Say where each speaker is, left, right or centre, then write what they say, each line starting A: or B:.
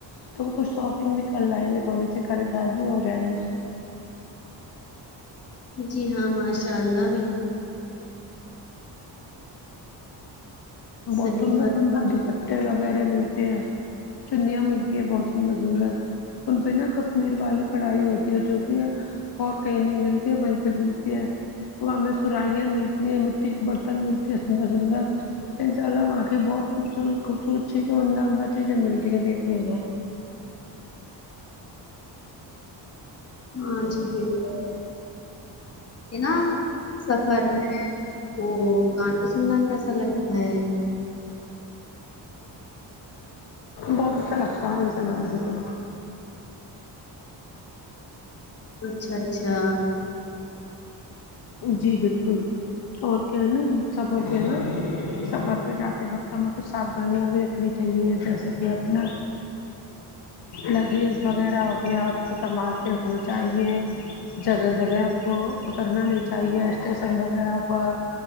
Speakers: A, on the left; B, on the left.
A: تم کچھ شاپنگ بھی کر لائیں گے تھوڑی سی خریدار بھی ہو جائے گی
B: جی ہاں ماشاء اللہ بال
A: بہت
B: صحیح
A: سندر
B: فرما
A: سندر دوپٹے وغیرہ ملتے ہیں چنیا ملتی ہیں بہت سندر سندر ان سے نا کشمیر والی کڑھائی ہوتی ہے جو کے یہاں اور کہیں نہیں ملتی ہے بیں پے ملتی ہے وہاں ہمیں سرائیاں ملتی ہیں مٹی کے برتن ملتے ہے سندر سندر انشاء اللہ وہاقی بہت خوبصورت خوبصورت چیزیں عمدہ عمدہ چیزیں ملتی ہیں دیکھنے کو
B: ہاں جی بالکل یے نا سفر میں او گانے سننا کیسا لگتا ہے
A: بہت اچھا لگتا ہے انشاء اللہ مجھے تو
B: اچھا اچھا
A: جی بالکل اور کیا ہے نا سب اور کیا ہے نا سفر پے جاتے وقت ہمیں کچھ صاف دھانیاں بھی رکھنی چاہیے جیسے کی اپنا لگیز وغیرہ ہو گیا اس کو سنبھال کے رکھنا چاہیے جگہ جگہ ہم کو اترنا نہیں چاہیے اسٹیشن وغیرہ پر